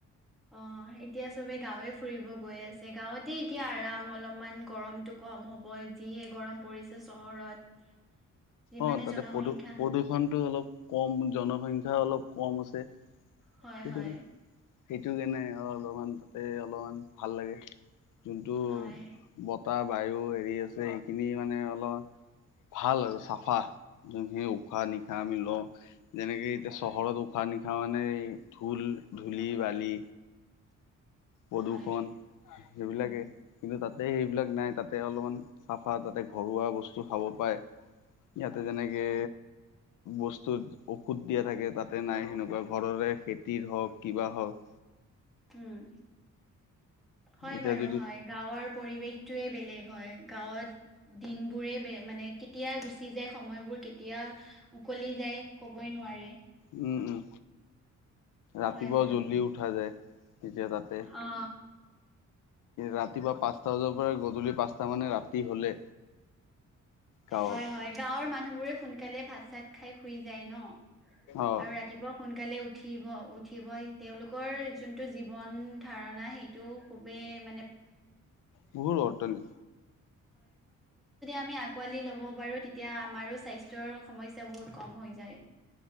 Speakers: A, in the centre; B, on the left.
A: অ', তিয়া চবে গাঁৱে ফুৰিব গৈ আছে গাঁৱতে এতিয়া আৰাম অলপমান গৰমতটো কম হ'ব যিয়ে গৰম পৰিছে চহৰত যিমানে
B: অ', তাতে
A: জনসংখ্যা
B: প্ৰদূ প্ৰদূৰষণতটো অলপ কম জনসংখ্য্া অলপ কম আছে
A: হয়
B: সেইটো
A: হয়
B: সেইটো কেনে অলপমান তাতে অলপমান ভাল লাগে যোনটো
A: হয়
B: বতাহ বায়ু হেৰি আছে সেইখিনি মানে অলপ ভাল আৰু চা যোনখিনি উশাহ নিশাহ আমি লওঁ যেনেকে এতিয়া চহৰত উশাহ নিশাহ মানে ধঢল ধূলি বালি প্ৰদূৰ্ষণ
A: হয়
B: সেইবিলাকে
A: উম
B: কিন্তু তাতে সেইবিলাক নাই তাতে অলপমান চাফা তাতে ঘৰুৱা বস্তু খাব পায় ইয়াতে যেনেকে বস্তুৰ সুত দিয়া থাকে তাতে নাই সেনেকুৱা ঘৰৰে খেতিৰ হওক কিবা হওক
A: উম হয়
B: এতিয়া
A: বাৰু
B: যদি
A: হয় গাঁৱৰ পৰিৱেশটোয়ে বেলেগ হয় গাঁৱত দিন বোৰে বে মানে কেতিয়া গুচি যায় সময়বোৰ কেতিয়া কি যায় ক'বই নোৱি
B: উম উম ৰাতিপুৱা
A: হয় বাৰু
B: জ্বলদি উঠা যায় তেতিয়া তাতে
A: অ
B: ৰাতিপুৱা পাঁচটা বজাৰ পৰা গধূলি পাঁচটা মানে ৰাতি হলে গাঁৱত
A: হয় হয় গাঁৱৰ মানুহ বোৰে সোনকালে ভাত চাত খাই শুই ন
B: অ
A: আৰু ৰাতিপুৱা সোনাল সোনকালে উঠিব উঠিবই তেওঁলোকৰ যোনটো জীৱন ধাৰণা সেইটো খুবেই য <unintelligible>
B: বহুত অৰ্টনি
A: আমি আকালি ল'ব পাৰো তেতিয়া আমাৰ স্বাস্থৰ সমস্যা বহুত কম হৈ যায়